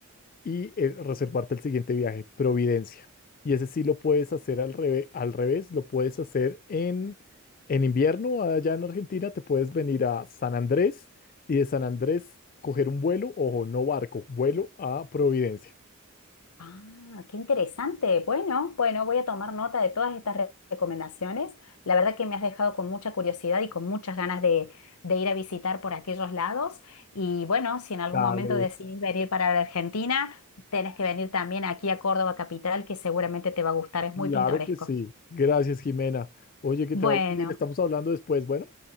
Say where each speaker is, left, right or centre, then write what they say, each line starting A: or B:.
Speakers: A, on the left; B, on the left.
A: y eh, reservarte el siguiente viaje, Providencia. Y ese sí lo puedes hacer al revés, al revés, lo puedes hacer en, en invierno allá en Argentina, te puedes venir a San Andrés y de San Andrés coger un vuelo, ojo, no barco, vuelo a Providencia.
B: Ah, qué interesante. Bueno, bueno, voy a tomar nota de todas estas re- recomendaciones. La verdad que me has dejado con mucha curiosidad y con muchas ganas de, de ir a visitar por aquellos lados. Y bueno, si en algún
A: Dale,
B: momento decidís venir para la Argentina, tenés que venir también aquí a Córdoba Capital, que seguramente te va a gustar, es
A: claro
B: muy pintoresco.
A: que sí. Gracias, Jimena. Oye, que
B: Bueno,
A: te vaya bien, estamos hablando después. Bueno,